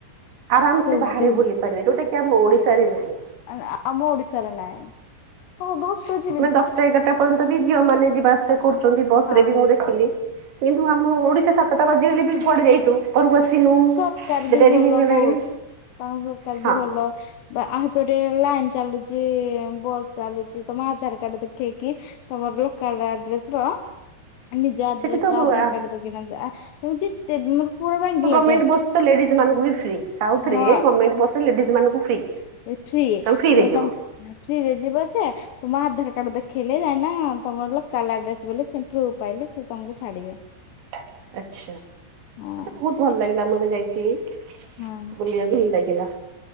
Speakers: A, on the left (about 75°); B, on the right (about 75°).
A: ସେମତି
B: ଆରାମ ସେ ବାହାରେ ବୁଲି ପାରିବେ ଯୋଉଟା କି ଆମ ଓଡ଼ିଶାରେ ନାହିଁ।
A: ଆ-ଆମ ଓଡ଼ିଶାରେ ନାଇଁ। କ ଗ <unintelligible>
B: ମାନେ ଦଶ୍ ଟା ଏଗାର୍ ଟା ପର୍ଯ୍ୟନ୍ତ ବି ଝିଅମାନେ ଯିବା ଆସିବା କରୁଛନ୍ତି ବସ୍
A: ହଁ।
B: ରେ ବି ମୁଁ ଦେଖିଲି। କିନ୍ତୁ ଆମ ଓଡ଼ିଶା ସାତଟା ବାଜିଗଲେ ବି ଯୁଆଡ଼େ ଯାଇଚୁ ଘରକୁ ଆସିନୁ
A: ସରକାର ବି
B: ଡେରି
A: ଭଲ
B: ହେଇଗଲାଣି
A: ବୋହୁତ୍ ତାଙ୍କ ସରକାର
B: ହଁ
A: ବି ଭଲ। ବା ଆ ହେପଟେ ଲାଇନ୍ ଚାଲୁଛି, ବସ୍ ଚାଲୁଛି ତମ ଆଧାର କାର୍ଡ ଦେଖେଇକି। ତମ ଲୋକାଲ୍ ଆଡ୍ରେସର ନିଜ ଆଡ୍ରେସର
B: ସେଠି ତ
A: ଆଧାର
B: ଆ
A: କାର୍ଡ ଦେଖେଇବା ପାଇଁ ଯା ତମେ ଯେତେ ପୁରା ବେଙ୍ଗଲୋର୍
B: ଗମେଣ୍ଟ ବସ୍ ତ ଲେଡିଜ୍ ମାନଙ୍କୁ ବି ଫ୍ରୀ। ସାଉଥ୍
A: ହଁ
B: ରେ ଗମେଣ୍ଟ ବସ୍ ରେ ଲେଡିଜ୍ ମାନଙ୍କୁ ଫ୍ରି।
A: ଏ ଫ୍ରି
B: ତମେ ଫ୍ରିରେ
A: ସେ ମତଲବ୍
B: ଯିବ।
A: ଫ୍ରିରେ ଯିବା ଆସିବା। ତୁମ ଆଧାର କାର୍ଡ ଦେଖେଇଲେ ଯାକିଇନା ତମ ଲୋକାଲ୍ ଆଡ୍ରେସ୍ ବୋଲି ସେ ପ୍ରୁଭ ପାଇଲେ ସେ ତମକୁ ଛାଡ଼ିବେ।
B: <inaudible> ଆଚ୍ଛା ମତେ
A: ହଁ
B: ବୋହୁତ ଭଲ ଲାଗିଲା ମୁଁ ଏବେ ଯାଇଥିଲି
A: ହଁ
B: ବୁଲିବାକୁ। ଭଲ ଲାଗିଲା।